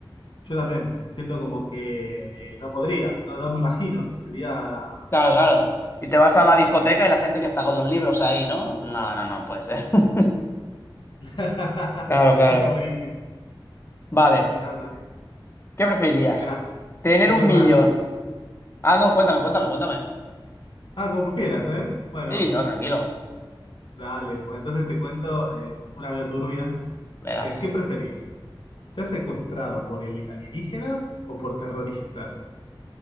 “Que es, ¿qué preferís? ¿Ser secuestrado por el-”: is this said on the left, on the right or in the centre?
Left